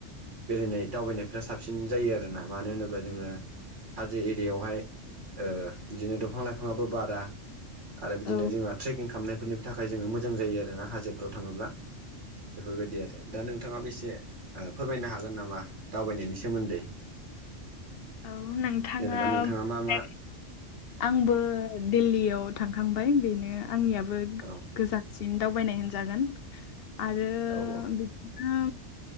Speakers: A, on the right (about 70°); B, on the left (about 55°).
A: बेरायनाय दावबायनायफोरा साबसिन जायो आरोना मानो होनोब्ला जोङो हाजो एरियावहाय ओ बिदिनो दंफां-लाइफाङाबो बारा आरो बिदिनो
B: औ
A: जोंहा ट्रेकिं खामनायफोरनिबो थाखाय जोङो मोजां जायो आरोना हाजोफोराव थाङोब्ला बेफोरबायदि आरो दा नोंथाङाबो एसे फोरमायनो हागोन नामा दावबायनायनि सोमोन्दै
B: औ नोंथाङा
A: जेनेबा नोंथाङा
B: बे
A: मा मा
B: आंबो दिल्लियाव थांखांबाय बेनो आंनियाबो
A: औ
B: गोजान सिन दावबायनाय होनजागोन आरो
A: औ
B: बिदिनो